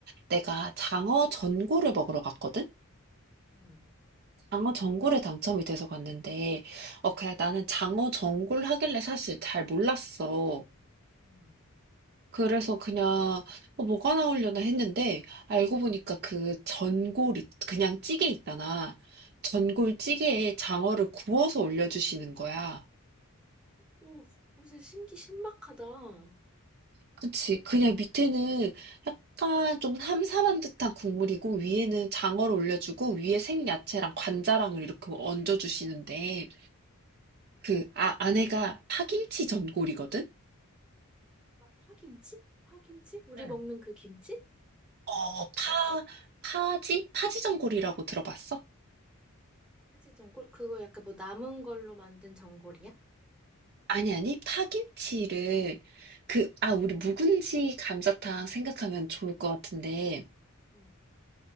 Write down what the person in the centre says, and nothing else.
음,
음,
음.
오, 무슨 신기 신박하다. 응
막 파김치? 파김치? 우리
먹는 그 김치?
응.
그치, 전골? 그거 약간 뭐 남은 걸로 만든 전골이야?
응.